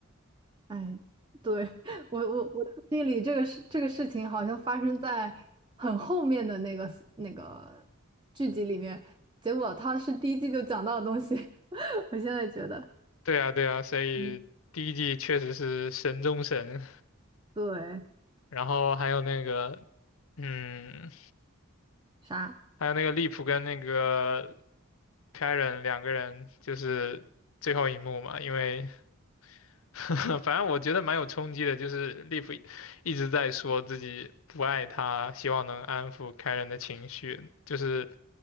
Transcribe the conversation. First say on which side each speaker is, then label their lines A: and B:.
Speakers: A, on the right; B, on the left.
A: 哎，对，<laughs> 我我我记忆里这个事这个事情好像发生在很后面的那个那个剧集里面，结果他是第一季就讲到的东西，<laughs> 我现在觉得，
B: 对啊，对啊，所以第一季确实是神中神。
A: 嗯，对，
B: 然后还有那个，嗯，
A: 啥
B: 还有那个利普跟那个凯 a 两个人，就是最后一幕嘛，因为 <laughs> 反正我觉得蛮有冲击的，就是利普一直在说自己不爱他，希望能安抚凯 a 的情绪，就是